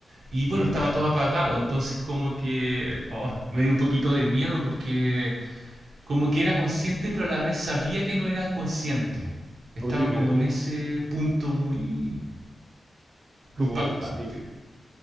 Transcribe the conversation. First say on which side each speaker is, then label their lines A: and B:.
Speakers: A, on the right; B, on the right.
A: y bueno,
B: sí.
A: estaba todo apagado, entonces como que oh, me dio un poquito de miedo porque como que era consciente, pero a la vez sabía que no era consciente. Estaba
B: Oye, mira
A: como
B: que
A: en ese
B: sí,
A: punto muy
B: como
A: impactante.
B: sí,